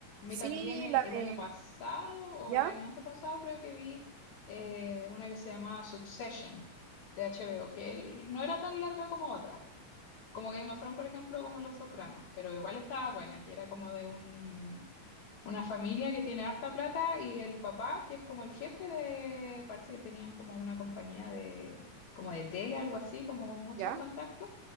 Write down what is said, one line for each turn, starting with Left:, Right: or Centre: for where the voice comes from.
Right: Sí,
Left: mí también eh,
Right: la
Left: el
Right: de...
Left: año pasado o
Right: ¿Ya?
Left: el año antepasado creo que vi eh, una que se llamaba Succession de HBO, que el- no era tan larga como otra, como Game of Thrones, por ejemplo, como Los Sopranos, pero igual estaba buena, que era como de un una familia que tiene harta plata y el papá, que es como el jefe de, parece que tenían como una compañía de, como de tele, algo así, como con muchos
Right: ¿Ya?
Left: contactos,